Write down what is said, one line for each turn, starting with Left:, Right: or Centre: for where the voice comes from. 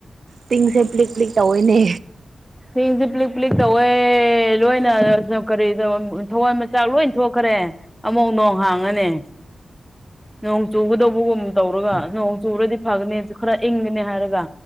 Right: ꯇꯤꯡꯁꯦ ꯄ꯭ꯂꯤꯛ ꯄ꯭ꯂꯤꯛ ꯇꯧꯏꯅꯦ
Centre: ꯍꯌꯦꯡꯁꯦ ꯄ꯭ꯂꯤꯛ ꯄ꯭ꯂꯤꯛ ꯇꯧꯋꯦ ꯂꯣꯏꯅ ꯀꯔꯤꯗ ꯊꯋꯥꯟ ꯃꯆꯥꯛ ꯂꯣꯏ ꯊꯣꯛꯈꯔꯦ ꯑꯃꯨꯛ ꯅꯣꯡ ꯍꯥꯡꯉꯅꯤ ꯅꯣꯡ ꯆꯨꯒꯗꯧꯕꯒꯨꯝ ꯇꯧꯔꯒ ꯅꯣꯡ ꯆꯨꯔꯗꯤ ꯐꯒꯅꯤ ꯈꯔ ꯏꯪꯒꯅꯤ ꯍꯥꯏꯔꯒ